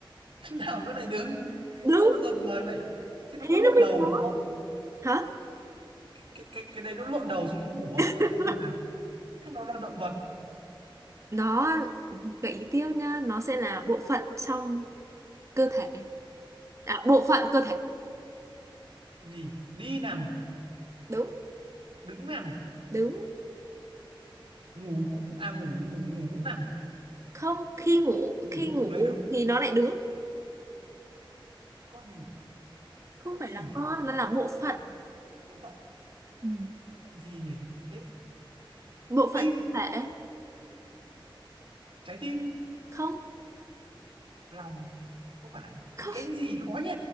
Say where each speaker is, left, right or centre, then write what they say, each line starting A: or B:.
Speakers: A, on the right; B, on the right.
A: <laughs> nào nó lại đứng
B: đúng
A: sao nó ngược đời vậy thế nó
B: thế
A: có lộn
B: nó mới
A: đầu
B: khó
A: đúng không
B: hả
A: cái cái cái đấy nó lộn đầu xuống nó ngủ à
B: <laughs>
A: hay là như nào hay nó là động vật
B: nó gợi ý tiếp nhá nó sẽ là bộ phận trong cơ thể à, bộ phận cơ thể
A: gì đi nằm
B: đúng
A: đứng nằm
B: đúng
A: ngủ cũng à ngủ ngủ ngủ cũng nằm
B: không khi ngủ
A: ngủ
B: khi ngủ
A: ngủ lại đứng
B: thì nó lại đứng
A: con gì nhỉ?
B: không
A: con
B: phải
A: gì
B: là
A: nhỉ?
B: con nó là bộ
A: à
B: phận
A: bộ phận
B: Ừ.
A: bộ phận gì nhỉ ấy
B: bộ phận
A: tim
B: cơ thể
A: trái tim
B: không
A: lòng không phải
B: không
A: cái gì khó nhỉ